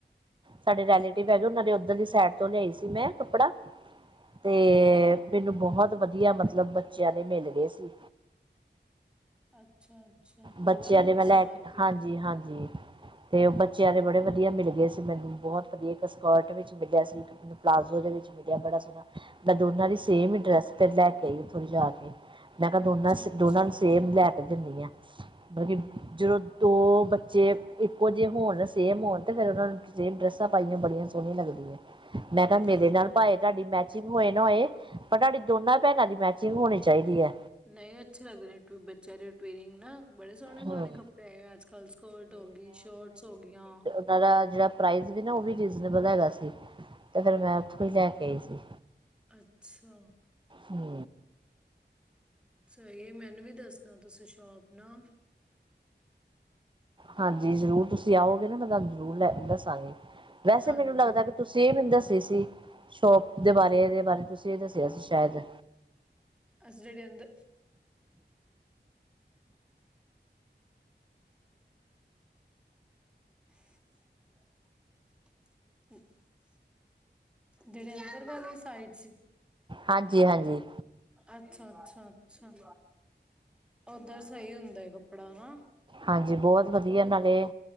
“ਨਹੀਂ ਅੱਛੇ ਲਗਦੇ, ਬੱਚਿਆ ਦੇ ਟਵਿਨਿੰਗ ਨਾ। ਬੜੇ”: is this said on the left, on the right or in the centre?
Centre